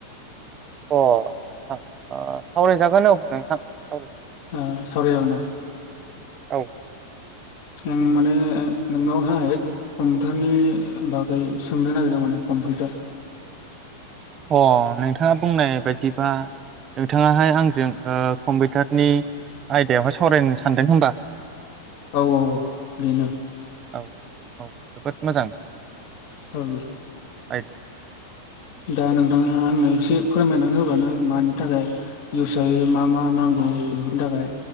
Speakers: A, on the right; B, on the left.
A: अ सावरायजागोन औ नोंथां सावराय
B: ओ सावरायजागोन
A: औ
B: आं माने नोंनावहाय कम्पिउटारनि बागै सोंनो नागिरदों माने कम्पिउटार <inaudible>
A: अ नोंथाङा बुंनाय बायदिबा नोंथाङाहाय आंजों ओ कम्पिउटारनि आयदायावहाय सावरायनो सानदों होमबा?
B: औ औ बेनो
A: औ औ औ जोबोद मोजां
B: औ
A: आइ
B: दा नोंथाङा आंनो एसे फोरमायनानै होबानो मानि थाखाय इउस जायो मा मा नांगौ बेफोरनि थाखाय